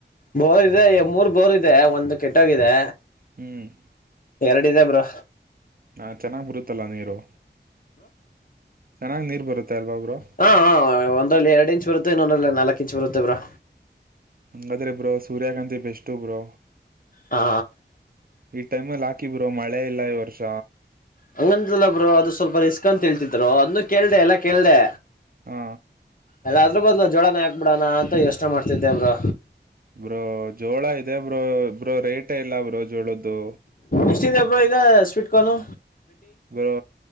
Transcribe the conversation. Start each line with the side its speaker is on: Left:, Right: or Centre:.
Left: ಬೋರ್ ಇದೆ ಮೂರ್ ಬೋರ್ ಇದೆ ಒಂದು ಕೆಟ್ಟೋಗಿದೆ
Right: ಹ್ಮ್
Left: ರೆಡಿದೆ ಬ್ರೂ
Right: ಹಾ ಚೆನ್ನಾಗ್ ಬರುತ್ತಲ್ಲ ನೀರು ಚೆನ್ನಾಗಿ ನೀರು ಬರುತ್ತೆ ಅಲ್ವಾ ಬ್ರೋ
Left: ಹ ಒಂದರಲ್ಲಿ ಎರಡ್ ಇಂಚ್ ಬರುತೆ ಇನ್ನೊಂದರಲ್ಲಿ ನಾಲ್ಕು ಇಂಚು ಕಿಂಚಪರುತ ಬ್ರೂ
Right: ಹಂಗಾದ್ರಿ ಬ್ರೋ ಸೂರ್ಯಕಾಂತಿ ಬೆಸ್ಟ್ ಬ್ರೋ
Left: ಹಾ
Right: ಈ ಟೈಮ್ಲ್ಲಿಾ ಹಾಕಿ ಬ್ರರು ಮಳೆ ಇಲ್ಲ ಈ್ ವರ್ಷ
Left: ಹಂಗಂತಲ್ಲಬ್ರು ಅದು ಸ್ವಲ್ಪ ರಿಸ್ಕ್ ಅಂತ ಹಳ್ತಿದ್ರು ಅದನ್ನು ಕೇಳ್ದೆ ಎಲ್ಲ ಕೇಳ್ದೆ
Right: ಹ್ಮ
Left: ಅಲ್ಲದ್ರ ಬದಲು ಜೋಳಾನೇಾಕ್ಬಿಡೋಣ ಅಂತ ಯೋಚನೆ ಮಾಡ್ತಿದ್ದೆ ಅವರು
Right: ಬ್ರೋ ಜೋಳ ಇದೆ ಬ್ರೋ ಇಬ್ರೋ ರೇಟ್ ಇಲ್ಲ ಬ್ರೋ ಜೋಳದ್ದು
Left: ಇಷ್ಟಿದೆಬ್್ರೋ ಈಗ sweet corn
Right: bro